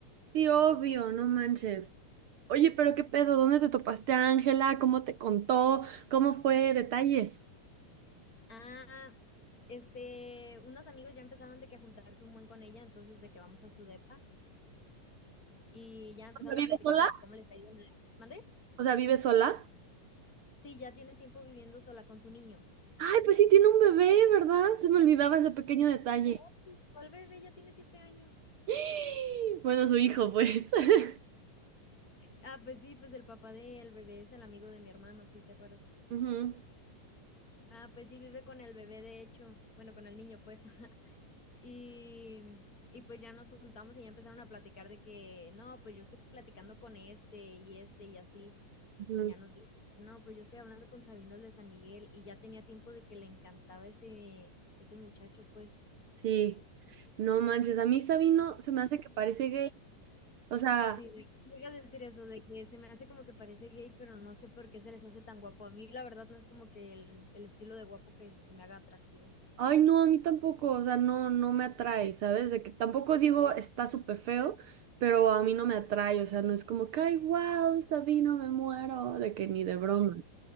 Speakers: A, on the right (about 75°); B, on the left (about 25°).
A: Sí, obvio, no manches. Oye, pero qué pedo, ¿dónde te topaste a Ángela? ¿Cómo te contó? ¿Cómo fue? Detalles.
B: Ah, este, unos amigos ya empezaron de que a juntarse un buen con ella, entonces de que vamos a su depa y ya empezaron
A: ¿Vive
B: a platicar
A: sola?
B: de que cómo les ha ido en la... ¿Mande?
A: O sea, ¿vive sola?
B: Sí, ya tiene tiempo viviendo sola con su niño.
A: Ay, pues sí, tiene un bebé, ¿verdad? Se me olvidaba ese pequeño detalle.
B: Y yo, oye, ¿cuál bebé? Ya tiene 7 años.
A: <gasps> Bueno, su hijo, pues. <laughs>
B: Ah, pues sí, pues el papá del bebé es el amigo de mi hermano, sí, ¿te acuerdas?
A: Ujú,
B: Ah, pues sí, vive con el bebé, de hecho, bueno, con el niño, pues. <laughs> Y, y pues ya nos juntamos y ya empezaron a platicar de que, no, pues yo estoy platicando con este y este y así.
A: ujú,
B: Y ya nos dijo, no, pues yo estoy hablando con Sabino el de San Miguel y ya tenía tiempo de que le encantaba ese, ese muchacho, pues.
A: Sí, no manches, a mí Sabino se me hace que parece gay. O sea,
B: Sí, sí, yo iba a decir eso, de que se me hace como que parece gay, pero no sé por qué se les hace tan guapo. A mí, la verdad, no es como que el el estilo de guapo que se me haga atractivo.
A: ay, no, a mí tampoco, o sea, no, no me atrae, ¿sabes? De que tampoco digo está súper feo, pero a mí no me atrae, o sea, no es como que, ay, wow, Sabino, me muero, de que ni de broma.